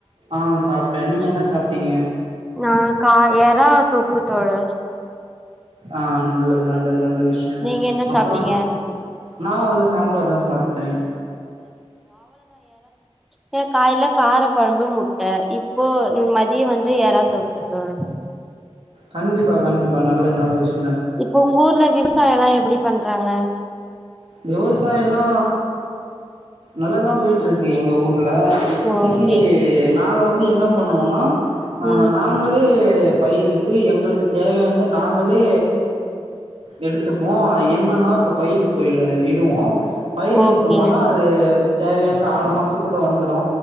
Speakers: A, on the right; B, in the centre.
A: ஆ் சாப்ட்டே நீங்க என்ன சா அப்படிங்க
B: ந கா எரா தூக்கு தோழர்
A: ஆ நல்லது நல்லது நல்ல விஷயம்
B: நீங்க என்ன
A: அப்புற
B: சாப்ட்டீங்க
A: நா வந்து சாம்பார் தா சாப்ட்டே
B: கே காய்ல கார குழம்பு முட்ட இப்போ ம் மதியம் வந்து எற தொக் இப்ப
A: கண்டிப்பா கண்டிப்பா நல்ல நல்ல விஷய
B: இப்ப உங்க ஊர்ல விவசாய எல்லா எப்பிடி பண்றாங்க
A: விவசாயல்லா நல்லாதா போயிட்டு இருக்கு எங்க ஊர் ல இப்பித்திக்கு
B: ஓகே
A: நாங்க வந்து என்ன பண்ணுவோம்னா ஆ
B: ம்
A: நாங்களே ட்டு பயிரிட்டு எங்களுக்கு தேவையானந்து நாங்களே எடுத்துப்போ என்னன்னா இப்ப பயிரு போய்ருவ இடுவோ பயிரட்டுமனா
B: ஓகே
A: அது தேவையானது ஆறு மாசம்க்குள்ள வந்துரு